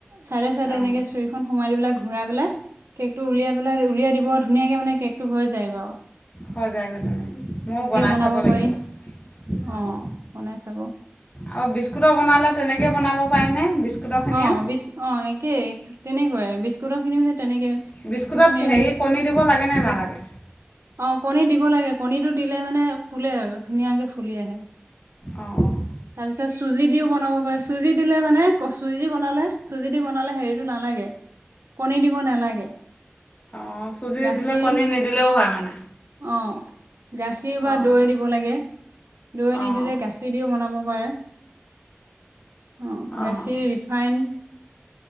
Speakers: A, on the right; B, on the left.
A: চাইদে চাইডে
B: অঁ
A: এনেকে চুইখন সোমাই দি পেলাই, ঘূৰাই পেলাই, কেকটো উলিয়াই পেলাই উলিয়াই দিব। ধুনীয়াকৈ মানে কেকটো হৈ যায়, বাৰু
B: হৈ যায় আগৈ তেনেকৈ ময়ো বনাই
A: বনাব
B: চাব লাগিব
A: পাৰি অ
B: অঁ,
A: বনাই চাব
B: আৰু বিস্কুটৰ বনালে তেনেকেই বনাব। পাৰিনে বিস্কুটৰখিনিও
A: অ বিচ অ একেই এক। তেনেকুৱাই বিস্কুটৰ খিনিও সে তেনেকে।
B: বিস্কুটত
A: বিস্কুট খিনি
B: হেৰি কণী দিব লাগে নে নালাগে।
A: অ কণী দিব লাগে কণীটো দিলে মানে ফুলে আৰু ধুনীয়াকে ফুলি আহে।
B: অঁ
A: তাৰপিছত চো চুজি দিও বনাব পাৰে চুজি দিলে মানে চুজি বনালে চুজি দি বনালে হেৰিটো নালাগে। কণী দিব নালাগে।
B: অঁ চুজি
A: গাখীৰ
B: দিলে কণী নিদিলেও হয় মানে
A: অ, গাখীৰ বা
B: অঁ
A: দৈ দিব লাগে দৈ
B: অঁ
A: নিদিলে গাখীৰ দিও বনাব পাৰে। অ'গাখীৰ,
B: অঁ
A: ৰিফাইন।